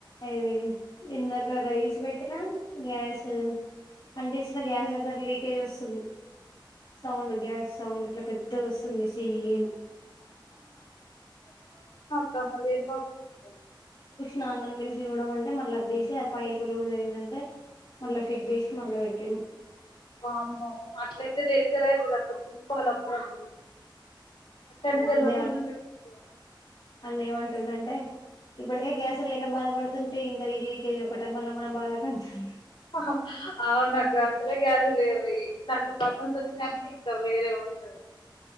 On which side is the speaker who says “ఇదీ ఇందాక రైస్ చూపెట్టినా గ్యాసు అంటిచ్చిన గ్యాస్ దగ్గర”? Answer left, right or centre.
Left